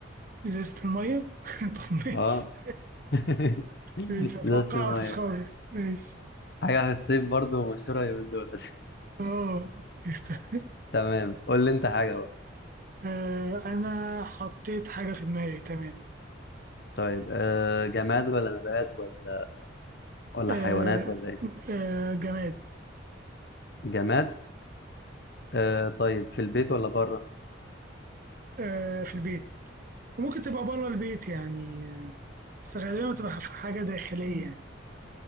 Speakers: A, on the right; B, on the left.
A: إزازة المية <laughs> طب ماشي
B: اه <laughs>
A: ماشي ما توقعتش
B: ازازه الميه
A: خالص ماشي
B: حاجه في الصيف برضه مشهوره اليومين دول
A: اه <laughs>
B: <laughs> تمام قول لي انت حاجه بقى
A: آه، انا حطيت حاجة في دماغي تمام
B: طيب آه جماد ولا نبات ولا ولا
A: آه،
B: حيوانات ولا ايه
A: آه، جماد
B: جماد آه طيب في البيت ولا بره
A: آه، في البيت وممكن تبقى بره البيت يعني آه، بس غالبا بتبقى في حاجة داخلية يعني